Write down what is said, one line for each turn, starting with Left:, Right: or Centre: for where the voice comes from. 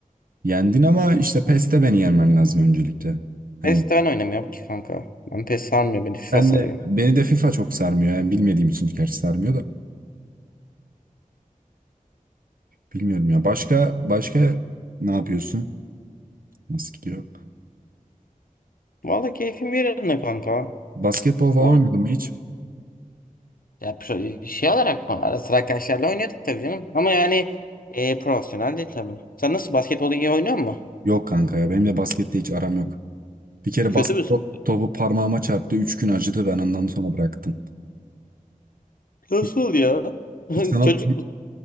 Right: yendin ama işte PES'te beni yenmen lazım öncelikle. Hani
Left: PES'te ben oynamıyorum ki kanka. Ben PES sarmıyor beni. FIFA
Right: Ben
Left: sarıyor.
Right: de beni de FIFA çok sarmıyor. Yani bilmediğim için gerçi sarmıyor da. Bilmiyorum ya. Başka başka ne yapıyorsun? Nasıl gidiyor?
Left: Vallahi keyfim yerinde kanka.
Right: Basketbol falan
Left: O
Right: oynadın mı hiç?
Left: ya pro- şey olarak mı? Ara sıra arkadaşlarla oynuyorduk tabii canım. Ama yani e, profesyonel değil tabii. Sen nasıl basketbolu iyi oynuyor musun?
Right: Yok kanka ya. Benim de baskette hiç aram yok. Bir kere
Left: Kötü
Right: basketbol
Left: müsün?
Right: topu parmağıma çarptı. Üç gün acıdı. Ben ondan sonra bıraktım.
Left: Nasıl
Right: Hiç,
Left: ya? <laughs>
Right: hiç sana
Left: Çocuk musun?